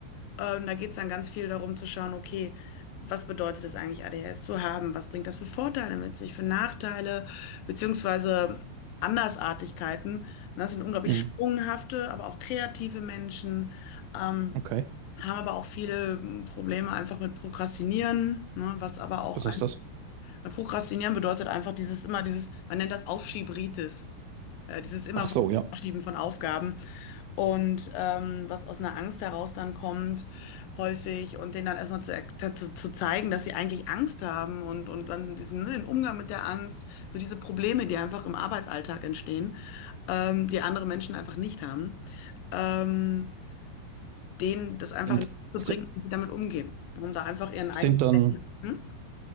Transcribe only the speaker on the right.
Mhm,
okay.
Was
heißt das?
Ach
so, ja.
Sind,
si-
sind dann,